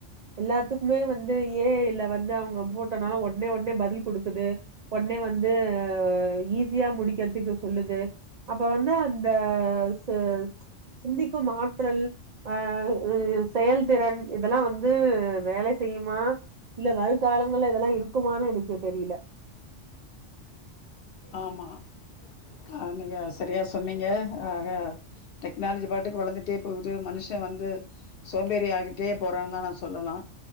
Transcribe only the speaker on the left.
ஆமா ஆ நீங்க சரியா சொன்னீங்க ஆக டெக்னாலஜி பாட்டுக்கு வளர்ந்துட்டே போகுது மனுஷ வந்து சோம்பேறி ஆகிட்டே போறா தா நா சொல்லலா